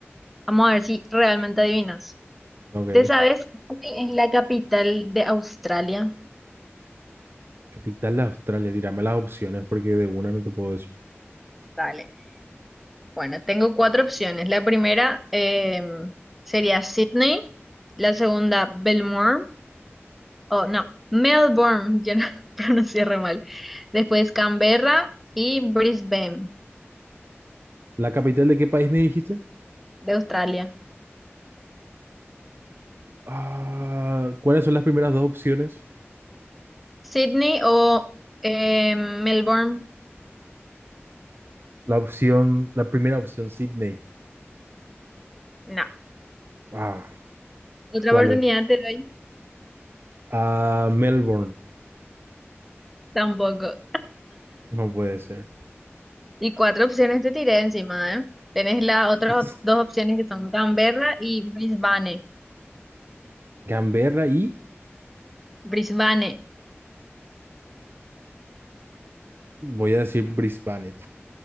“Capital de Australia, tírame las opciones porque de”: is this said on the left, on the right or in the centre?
Right